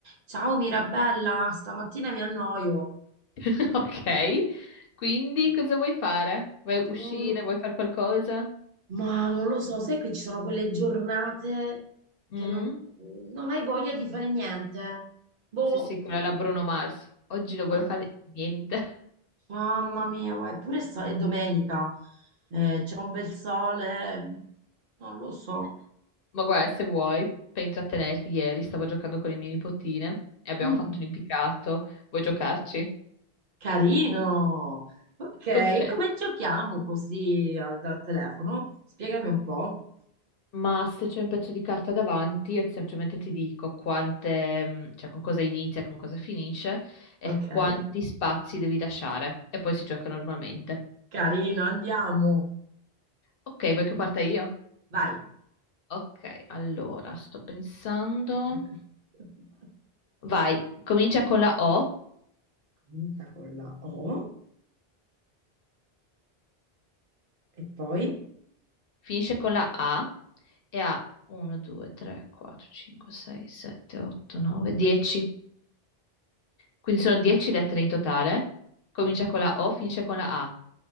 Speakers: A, on the right; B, on the left.
A: Ciao Mirabella, stamattina mi annoio.
B: <laughs> Ok, quindi cosa vuoi fare? Vuoi
A: Non-
B: uscire? Vuoi fare qualcosa?
A: ma non lo so, sai che ci sono quelle giornate
B: Mm?
A: che non, non hai voglia di fare niente. Boh,
B: Sì, sì, quella è la Bruno Mars. Oggi non voglio
A: ma-
B: fare niente.
A: mamma mia, guarda, eppure sa- è domenica, eh, c'è un bel sole, non lo so.
B: <laughs> Ma guarda, se vuoi, per intrattenerti, ieri stavo giocando con le mie nipotine e abbiamo
A: Mm,
B: fatto un impiccato. Vuoi giocarci? <laughs>
A: carino. Ok, e
B: Ok.
A: come giochiamo così al- dal telefono? Spiegami un po'.
B: Ma se c'è un pezzo di carta davanti, io semplicemente ti dico quante, mh, cioè con cosa inizia, con cosa finisce e
A: Ok,
B: quanti spazi devi lasciare. E poi si gioca normalmente.
A: carino, andiamo.
B: Ok, vuoi che parta io?
A: Vai.
B: Ok, allora sto pensando.
A: <laughs>
B: Vai, comincia con la O,
A: Comincia con la O e poi,
B: finisce con la A e ha 1, 2, 3, 4, 5, 6, 7, 8, 9, 10. Quindi sono 10 lettere in totale. Comincia
A: ok,
B: con la O, finisce con la A.